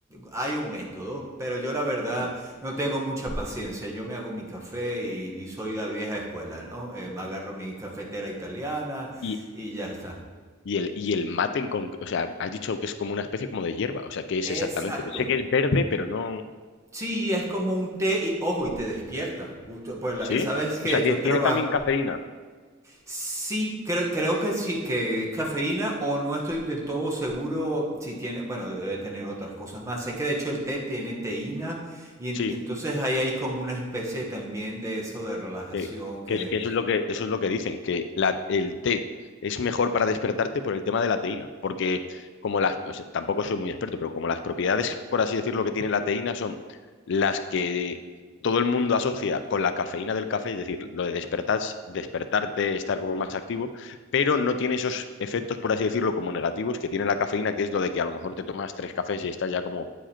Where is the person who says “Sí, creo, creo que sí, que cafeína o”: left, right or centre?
Right